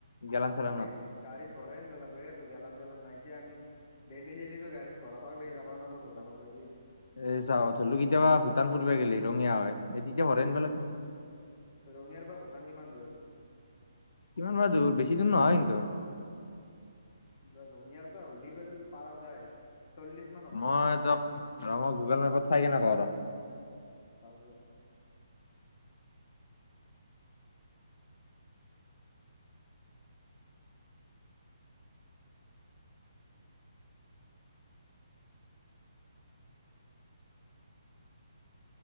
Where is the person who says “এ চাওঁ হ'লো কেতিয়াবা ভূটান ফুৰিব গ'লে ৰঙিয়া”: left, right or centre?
Left